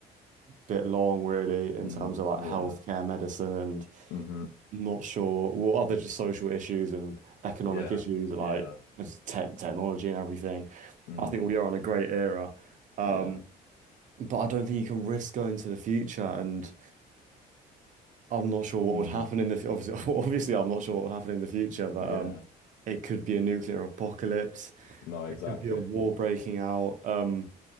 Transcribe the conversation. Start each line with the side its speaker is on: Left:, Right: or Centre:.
Right: bit long, really, in
Left: Mm,
Right: terms of like
Left: yeah.
Right: healthcare, medicine, and
Left: hmm
Right: not sure what other just social issues and economic
Left: Yeah.
Right: issues and
Left: Yeah.
Right: like just te technology and everything.
Left: Mm.
Right: I think we are in a great era. Um,
Left: Yeah.
Right: but I don't think you can risk going to the future and I'm not sure what
Left: Mm.
Right: would happen in the fu- obviously <laughs> obviously I'm not sure what would happen in the future, but
Left: Yeah.
Right: um it could be a nuclear apocalypse.
Left: No, exactly.
Right: It could be a war breaking out. Um